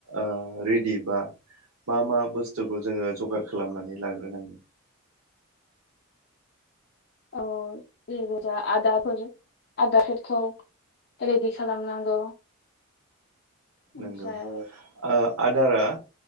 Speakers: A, on the right; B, on the left.
A: ओ रेडि बा मा मा बुस्थुखौ जोङो जगार खालामनानै लाग्रोनांगोन?
B: औ जे गोजा आदाफोर आदारफोरखौ रेडि खालामनांगौ। ओमफ्राय
A: नोंगौ ओ आदारा